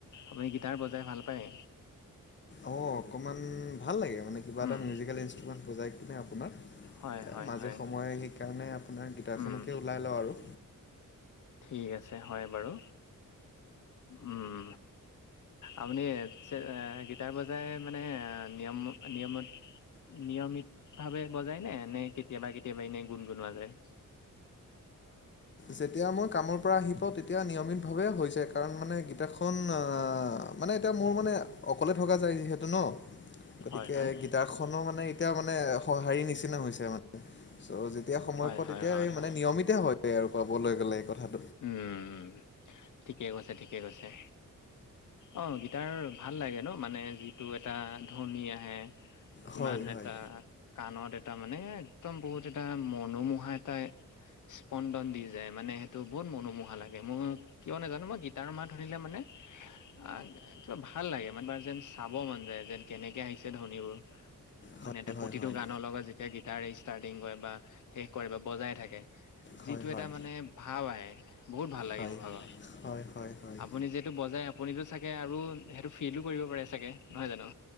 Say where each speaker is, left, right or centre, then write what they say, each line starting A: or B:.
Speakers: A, on the left; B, on the left.
A: আপুনি গিটাৰ বজাই ভাল পায়!
B: অ' অকনমান ভাল লাগে। মানে কিবা
A: উম,
B: এটা মিউজিকেল ইন্ৰুমেন্ট বুজাই। আপোনাৰ
A: হয়, হয়,
B: মাজে
A: হয়,
B: সময়ে সেইকাৰণে আপোনাৰ গীটাৰখনকে
A: উম,
B: ওলাই লওঁ আৰু
A: ঠিক আছে হয় বাৰু উম, আপুনি গিটাৰ বজাই মানে নিয়ম নিয়মত নিয়মিত ভাৱে বজাই নে নে কেতিয়াবা কেতিয়াবা এনেই গুণ গুণোৱা যায়। উ
B: যেতিয়া মই কামৰ পৰা আহিব পা তেতিয়া নিয়মিত ভাৱে হৈছে কাৰণ মানে গীতাপখন আহ মানে এতিয়া মোৰ মানে অকলে থকা যায় যিহেতু ন গতিকে
A: হয় হয়
B: গিটাৰখনো মানে এতিয়া মানে সঁহাৰি নিচিনা হৈছে মানে। চ' যেতিয়া সময়
A: হয়
B: পোৱা
A: হয়
B: তেতিয়া
A: হয়
B: এই মানে
A: হয়
B: নিয়মিততে হয় আৰু কবলৈ গ'লে এই কথাত।
A: উম ঠিকে কৈছে! ঠিকে কৈছে অঁ। তাৰ ভাল লাগে ন মানে যিটো এটা ধনী আহে।
B: হয়
A: ইমান
B: হয়
A: এটা কাণত এটা। এটা মানে একদম বহুত এটা মনোমোহা এটা স্পন্দন দি যায় মানে স। বহুত মনোমোহা লাগে মোৰ কিয় নাজানো মই গীতাৰ মাহ ধৰিলেে মানে আহ কিবা ভাল। ভাল লাগে মানে বাৰ যেন চাব মন যায় যেন কেনেকে আহিছে ধনীবোৰ মানে
B: হয়
A: এ
B: হয়
A: প্ৰতিটো
B: হয়
A: গানৰ লগত যেতিয়া গিটাৰ ষ্টাৰ্টিং কৰে বা শেষ কৰে বা বজাই থাকে।
B: হয় হয়
A: যিটো
B: হয়
A: এটা মানে ভাৱ আহে বহুত ভাল লাগে
B: হয়
A: মোৰ ভাগৰ।
B: হয় হয় হয়
A: আপুনি যিহেতু বজাই আপুনিতো চাগে আৰু সেইটো ফিলো কৰিব পাৰে চাগে নহয় জানো।